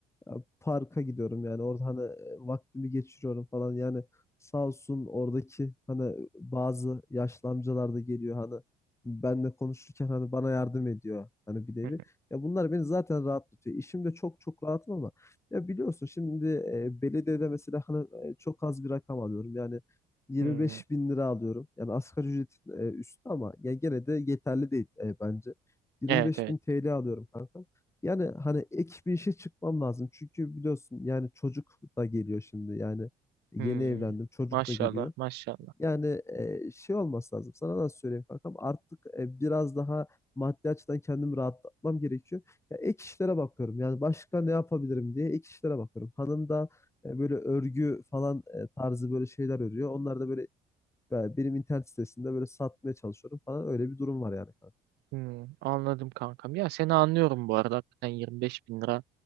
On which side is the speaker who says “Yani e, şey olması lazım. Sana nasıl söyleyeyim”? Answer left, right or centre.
Left